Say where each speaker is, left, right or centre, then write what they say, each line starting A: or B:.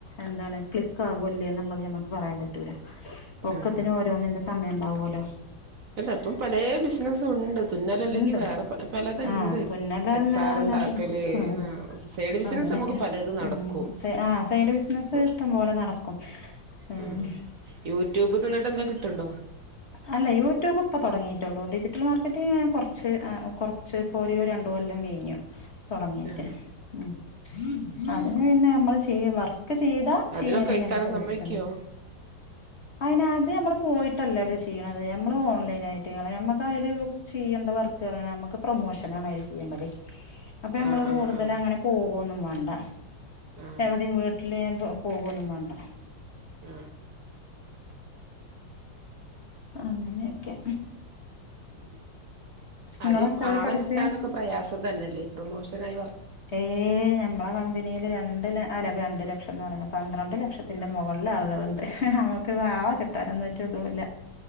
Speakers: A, on the left; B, on the right.
A: എന്താണ് ക്ലിക്ക് ആകൂല്ലേ എന്നുള്ളത് ഞമുക്ക് പറയാൻ പറ്റൂല ഒക്കത്തിനന്
B: ആഹ്
A: ഓരോന്നിന്റെ സമയം ഉണ്ടാവല്ലോ ലോ
B: ഇന്താ ഇപ്പം പല ബിസിനസ ഉണ്ട് തുന്നല അല്ലെങ്കി
A: ഇണ്ട്
B: വേറെ പലതുണ്ട്
A: ആഹ് തുന്നലല്ല
B: അച്ചാറുണ്ടാക്കല്
A: അല്ലാത്ത ആഹ്
B: സൈഡ് ബിസിനസ്‌
A: അങ്ങനെയൊക്കെ
B: നമ്മുക്ക് പലത് നടക്കും
A: ഉം ആഹ് സൈഡ് ബിസിനസ്
B: അപ്പൊ
A: ഇഷ്ടം പോലെ നടക്കും ഉം
B: ആ യൂട്യൂബ് നിന്നിട്ട് എന്താ കിട്ടണ്ട
A: അല്ല യൂട്യൂബ് ഇപ്പൊ തുടങ്ങിയിട്ടുള്ളൂ ഡിജിറ്റൽ മാർക്കറ്റി കുറച്ച് കുറച്ച് ഇപ്പോ ഒരേ രണ്ടു കൊല്ലം കഴിഞ്ഞു തുടങ്ങിയിട്ട്
B: ആഹ്
A: ഉ അതെ അ പിന്നെ നമ്മള് ചെയ്യ വർക്ക് ചെയ്ത ചെയ്യണനുസരിച്ചിട്ട
B: അതിനൊക്കെ ഇക്കാക്ക സമ്മയ്ക്കോ
A: അത് നമ്മൾ പോയി ല്ലല്ലോ ചെയ്യണത് നമ്മൾ ഓൺലൈൻ ആയിട്ട നമ്മക്ക് അല് ചെയ്യേണ്ട വർക്ക നമ്മുക്ക് പ്രൊമോഷൻ ആണ് അല് ചെയ്യേണ്ടത് അപ്പൊ നമ്മള്
B: ആഹ്
A: കൂടുതൽ
B: ആഹ് ആഹ്
A: അങ്ങനെ പോകന്നും ഉണ്ട
B: ആഹ്
A: എവിടെയും വീട്ടില് പോകൊന്നും വേണ്ട
B: ആ
A: അങ്ങനെയൊക്കെ
B: ഉം
A: നിങ്ങള്
B: അതും
A: എത്ര വരെ
B: ആളെ
A: പഠിച്ചേ
B: കിട്ടാനൊക്കെ പ്രയാസം തന്നെല്ലേ പ്രൊമോഷൻ ആയി
A: ഏ ഞമ്മളെ കമ്പനിയില് രണ്ട് ല അല്ല രണ്ട് ലക്ഷം ന്ന് പറയ്ണ് പന്ത്രണ്ട് ലക്ഷത്തിൻ്റെ മുകളില് ആളുകളുണ്ട് ക്കൊരുആളെകിട്ടാനെ ന്നും ഒറ്റ ഇതു ല്ല